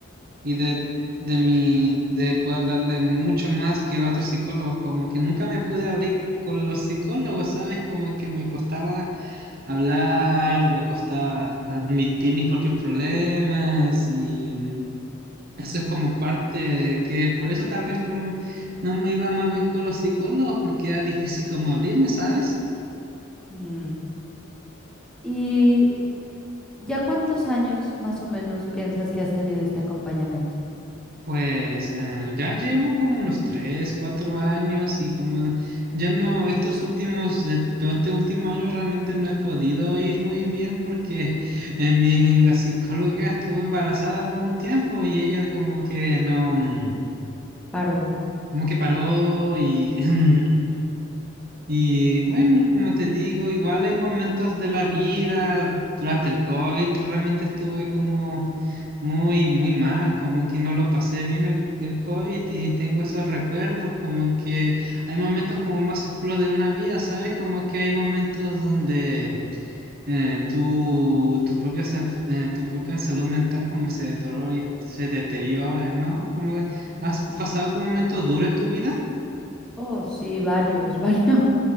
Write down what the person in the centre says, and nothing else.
Mm. ¿Y ya cuántos años más o menos piensas que has tenido este acompañamiento?
Paro.
Ujú,
ujú.
Oh, sí, varios, <laughs> varios.